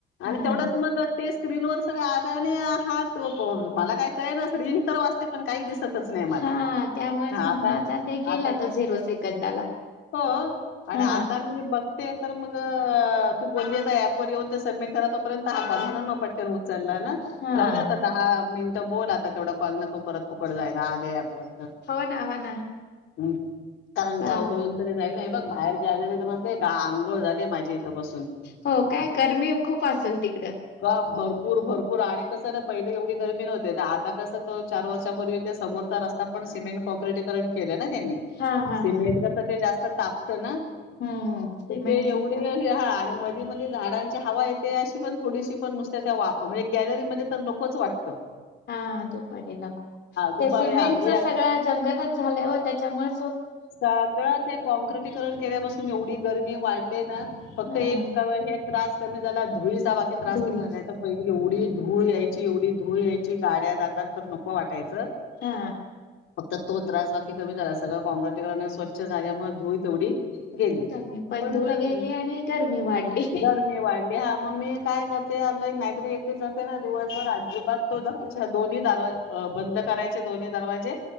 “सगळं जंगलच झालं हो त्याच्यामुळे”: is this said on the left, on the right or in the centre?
Left